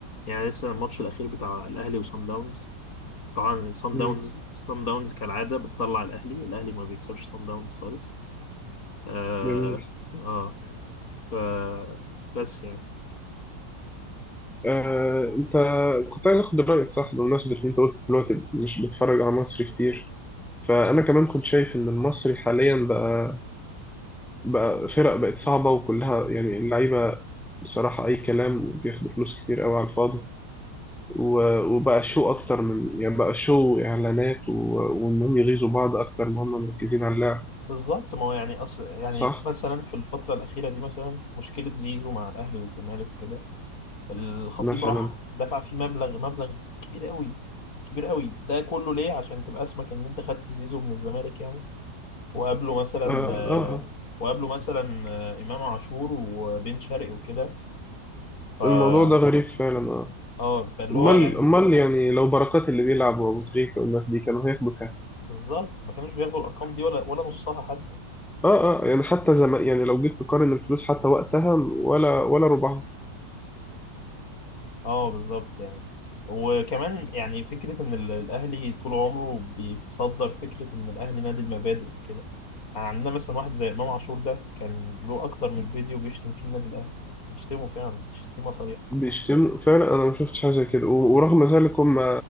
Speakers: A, on the left (about 55°); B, in the centre.
A: يعني لسه الماتش الأخير بتاع الأهلي وصن داونز طبعا صن
B: مم.
A: داونز صن داونز كالعادة بتطلع الأهلي الأهلي ما بيكسبش صن داونز خالص آه
B: جميل
A: آه ف بس يعني
B: آه، انت كنت عايز اخد رايك صح بمناسبه ان انت قلت دلوقتي مش بتتفرج على مصر كتير فانا كمان كنت شايف ان المصري حاليا بقى بقى فرق بقت صعبة وكلها يعني اللعيبة بصراحة أي كلام بياخدوا فلوس كتير قوي على الفاضي و- وبقى شو أكتر من يعني بقى شو إعلانات و- وإنهم يغيظوا بعض أكتر ما هم مركزين على اللعب
A: بالظبط ما هو يعني أصل يعني
B: صح
A: مثلا في الفترة الأخيرة دي مثلا مشكلة زيزو مع الأهلي والزمالك كده الخطيب
B: مثلا
A: راح دفع فيه مبلغ مبلغ كبير قوي كبير قوي ده كله ليه عشان تبقى اسمك ان انت خدت زيزو من الزمالك يعني وقابله مثلا
B: آه
A: آه،
B: آه آه.
A: وقابله مثلا آه، امام عاشور وبن شرقي وكده ف
B: الموضوع ده غريب فعلا آه
A: اه فاللي
B: أمال
A: هو يعني
B: أمال يعني لو بركات اللي بيلعب وأبو تريكة والناس دي كانوا هياخدوا كام؟
A: بالظبط ما كانوش بياخدوا الارقام دي ولا ولا نصها حد
B: آه آه يعني حتى زمان يعني لو جيت تقارن الفلوس حتى وقتها ولا ولا ربعها
A: اه بالظبط يعني وكمان يعني فكرة إن ال- الأهلي طول عمره بيصدر فكرة إن الأهلي نادي المبادئ وكده يعني عندنا مثلا واحد زي إمام عاشور ده كان له أكتر من فيديو بيشتم فيه النادي الأهلي بيشتمه فعلا شتيمة صريحة
B: بيشتموا فعلا انا ما شفتش حاجه زي كده و- ورغم ذلك هم